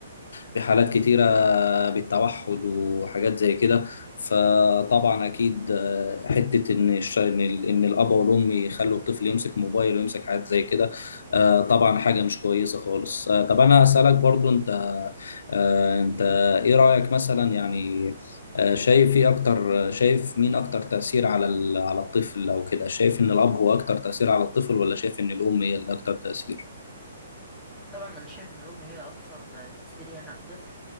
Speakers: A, on the left; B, in the centre.
A: في حالات كتيرة بالتوحد وحاجات زي كده فطبعا أكيد آه، حتة إن الش- إن ال- إن الأب والأم يخلوا الطفل يمسك موبايل ويمسك حاجات زي كده آه، طبعا حاجة مش كويسة خالص آه، طب أنا أسألك برضو أنت آه، أنت إيه رأيك مثلا يعني آه، شايف ايه اكتر شايف مين اكتر تأثير على ال- على الطفل او كده شايف ان الاب هو اكتر تأثير على الطفل ولا شايف ان الام هي اللي اكتر تأثير
B: طبعا انا شايف ان الام هي اكثر تاثير يعني على الطفل